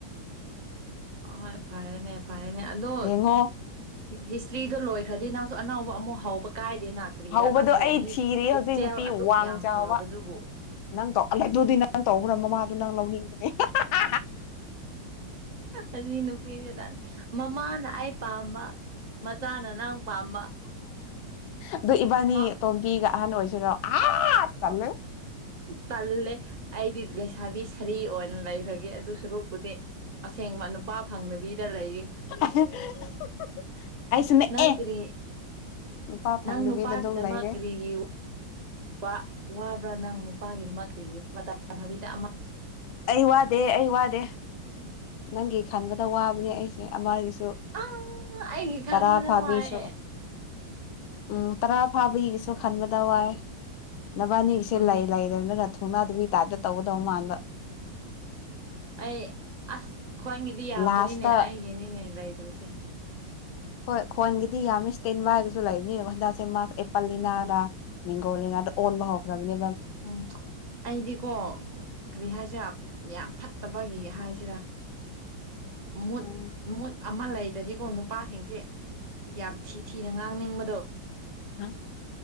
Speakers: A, on the right; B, on the left.
A: ꯑ ꯍꯣꯏ ꯐꯔꯦꯅꯦ ꯐꯔꯦꯅꯦ ꯑꯗꯨ
B: ꯌꯦꯡꯉꯣ
A: ꯍꯤꯁꯇ꯭ꯔꯤꯗꯣ ꯂꯣꯏꯈ꯭ꯔꯗꯤ ꯅꯪꯁꯨ ꯑꯅꯧꯕ ꯑꯃꯨꯛ ꯍꯧꯕ ꯀꯥꯏ ꯗꯦꯅꯥ ꯀꯔꯤꯔꯥ
B: ꯍꯧꯕꯗꯣ
A: ꯅꯪꯁꯨ
B: ꯑꯩ
A: ꯃꯤ
B: ꯊꯤꯔꯤ
A: ꯄꯨꯛꯆꯦꯜ
B: ꯍꯧꯖꯤꯛ ꯅꯨꯄꯤ
A: ꯑꯗꯨꯛ
B: ꯋꯥꯡ
A: ꯌꯥꯝ
B: ꯆꯥꯎꯕ
A: ꯐꯕꯗꯨꯕꯨ
B: ꯅꯪ ꯇꯧꯂꯥꯏꯗꯨꯗꯤ ꯅꯪ ꯇꯧꯕ꯭ꯔꯥ ꯃꯃꯥꯗꯣ ꯅꯪ ꯂꯧꯅꯤꯡꯕꯅꯦ ꯍꯥ ꯍꯥ ꯍꯥ
A: ꯑꯅꯤ ꯅꯨꯄꯤꯁꯤꯅ ꯃꯃꯥꯅ ꯑꯩ ꯄꯥꯝꯕ ꯃꯆꯥꯅ ꯅꯪ ꯄꯥꯝꯕ
B: ꯑꯗ ꯏꯕꯥꯅꯤ
A: ꯃꯥ
B: ꯇꯣꯝꯕꯤꯒ ꯑꯍꯟ ꯑꯣꯏꯁꯤꯔꯣ ꯑꯥ
A: ꯑꯣ
B: ꯇꯜꯂꯦ
A: ꯇꯜꯂꯦ ꯑꯩꯗꯤ ꯂꯩꯁꯕꯤ ꯁꯥ ꯁꯔꯤ ꯑꯣꯏꯅ ꯂꯩꯈ꯭ꯔꯒꯦ ꯑꯗꯨ ꯁꯔꯨꯛꯄꯨꯗꯤ ꯑꯁꯦꯡꯕ ꯅꯨꯄꯥ ꯐꯪꯗꯥꯕꯤꯗ ꯂꯩꯌꯦ
B: <inaudible> ꯑꯩꯁꯨꯅꯦ
A: ꯅꯪ
B: ꯑꯦ
A: ꯀꯔꯤ
B: ꯅꯨꯄꯥ ꯐꯪꯗꯕꯤꯗ
A: ꯅꯪ ꯅꯨꯄꯥꯒꯤꯗꯃꯛ
B: ꯑꯗꯨꯝ ꯂꯩꯔꯦ
A: ꯀꯔꯤꯒꯤ ꯋꯥ ꯋꯥꯕ꯭ꯔꯥ ꯅꯪ ꯅꯨꯄꯥꯒꯤꯗꯃꯛ ꯀꯔꯤꯒꯤ ꯐꯥꯕꯤꯗ ꯑꯃ
B: ꯑꯩ ꯋꯥꯗꯦ ꯑꯩ ꯋꯥꯗꯦ ꯅꯪꯒꯤ ꯈꯟꯕꯗ ꯋꯥꯕꯅꯦ ꯑꯩꯁꯦ ꯑꯃꯒꯤꯁꯨ
A: ꯑꯥ ꯑꯩꯒꯤ ꯈꯟꯕꯗ
B: ꯇꯔꯥ ꯐꯥꯕꯤꯁꯨ
A: ꯋꯥꯏꯑꯦ
B: ꯎꯝ ꯇꯔꯥ ꯐꯥꯕꯤꯒꯤꯁꯨ ꯈꯟꯕꯗ ꯋꯥꯏ ꯅꯕꯥꯅꯤꯒꯤꯁꯦ
A: ꯎꯝ
B: ꯂꯩ ꯂꯩꯔꯦꯅ ꯊꯨꯅꯥꯗꯨꯒꯤ ꯇꯥꯞꯇꯥ ꯇꯧꯒꯗꯧ ꯃꯥꯟꯕ
A: ꯑꯩ ꯑꯁ ꯈ꯭ꯋꯥꯏꯒꯤꯗꯤ ꯌꯥꯝꯕꯅꯤꯅꯦ
B: ꯂꯥꯁꯇ
A: ꯑꯩꯒꯤꯅꯤꯅꯦ ꯂꯩꯗꯣꯏꯁꯦ
B: ꯍꯣꯏ ꯈꯣꯟꯒꯤꯗꯤ ꯌꯥꯝꯃꯤ ꯏꯁ ꯇꯁꯦꯟ ꯕꯥꯢ ꯍꯥꯏꯕꯁꯨ ꯂꯩꯕꯅꯤꯅ ꯍꯟꯗꯛꯁꯦ ꯃꯥꯁ ꯑꯦꯄꯜ ꯅꯤꯅꯥꯔꯥ
A: ꯎꯝ
B: ꯃꯤꯡꯒꯣꯜꯂꯤ ꯉꯥꯛꯇꯥ ꯑꯣꯟꯕ ꯍꯧꯈ꯭ꯔꯕꯅꯦ
A: ꯎꯝ ꯑꯩꯗꯤꯀꯣ ꯀ꯭ꯔꯤꯍꯥꯏꯁꯤꯔꯥ ꯌꯥꯝ ꯐꯠꯇꯕꯒꯤ ꯍꯥꯏꯁꯤꯔꯥ ꯃꯨꯠ
B: ꯎꯝ
A: ꯃꯨꯠ ꯑꯃ ꯂꯩꯇꯔꯥꯗꯤꯀꯣ ꯅꯨꯄꯥꯁꯤꯡꯁꯦ ꯌꯥꯝ ꯊꯤ ꯊꯤꯅ ꯉꯥꯡꯅꯤꯡꯕꯗꯣ
B: ꯍꯥ